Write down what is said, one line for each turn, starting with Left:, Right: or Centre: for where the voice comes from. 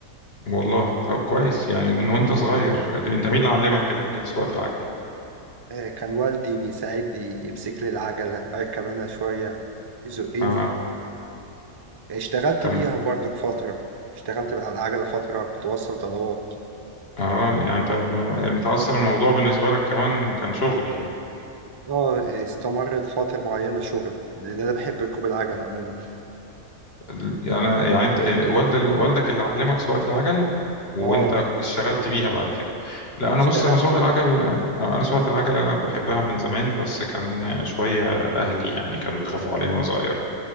Left: والله طب كويس يعني من وانت صغير انت مين اللي علمك ال- سواقة العجل
Right: آه، كان والدي بيساعدني يمسك لي العجلة اركب انا شوية يزقني
Left: اه
Right: اشتغلت
Left: تمام
Right: بيها برضك فترة اشتغلت على العجلة فترة كنت بوصل طلبات
Left: اه يعني انت انت اصلا الموضوع بالنسبة لك كمان كان شغل يعني
Right: اه استمرت فترة معينة شغل لان انا بحب ركوب العجل عموما
Left: ال- يعني يعني انت يعني والد والدك اللي علمك سواقة العجل وانت
Right: اه
Left: اشتغلت بيها بعد كده لا انا
Right: اشتغلت
Left: بص انا سواقة
Right: بيها
Left: العجل آه، انا سواقة العجل انا بحبها من زمان بس كان شوية اهلي يعني كانوا بيخافوا عليا وانا صغير